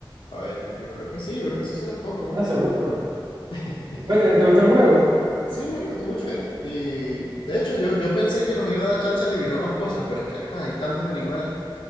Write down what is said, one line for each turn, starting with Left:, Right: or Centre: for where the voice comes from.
Left: A ver, yo, yo creo que sí, yo creo que sí se las comen.
Right: Bueno,
Left: ¿no?
Right: seguro.
Left: <laughs>
Right: Oye, ¿te, te gustó el juego?
Left: Sí, marico, estuvo chévere. Y de hecho, yo, yo pensé que nos iba a dar chance de adivinar más cosas, pero es que, ajá, hay tantos animales.